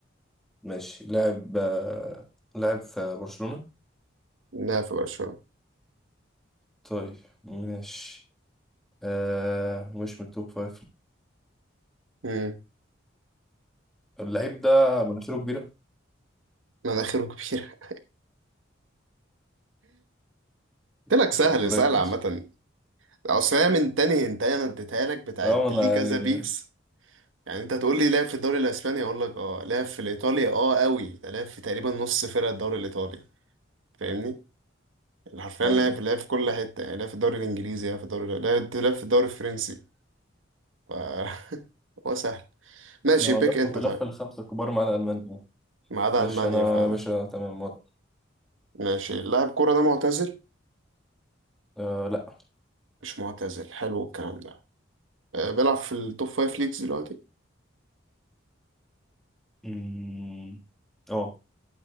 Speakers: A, in the centre; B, on the right (about 80°).
A: ماشي لاعب آه لاعب في برشلونة
B: لعب في برشلونة
A: طيب ماشي آه مش من التوب فايف
B: امم
A: اللعيب ده مناخيره كبيرة
B: مناخيره كبيرة <laughs> قلت
A: <laughs>
B: لك سهل
A: ابراهيموفيتش
B: سهل عامة أصل هي من تاني هنتاية أنا اديتها لك بتاعت
A: اه ما انا
B: ليه كذا
A: يعني
B: بيكس يعني أنت تقول لي لعب في الدوري الأسباني أقول لك اه لعب في الإيطالي اه أوي ده لعب في تقريبا نص فرق الدوري الإيطالي فاهمني حرفيا
A: ايوه
B: لعب لعب في كل حتة يعني لعب في الدوري الإنجليزي لعب في الدوري لعب لعب في الدوري الفرنسي ف <laughs> هو سهل ماشي
A: ما هو
B: بيك
A: لف
B: أنت
A: لف
B: طيب
A: الخمسة الكبار مع الألمان
B: ما عدا
A: ماشي
B: ألمانيا
A: انا
B: فعلا
A: يا باشا تمام ورا.
B: ماشي لاعب كورة ده معتزل
A: آه لا
B: مش معتزل حلو الكلام ده آه، بيلعب في التوب فايف ليجز دلوقتي
A: مم. اه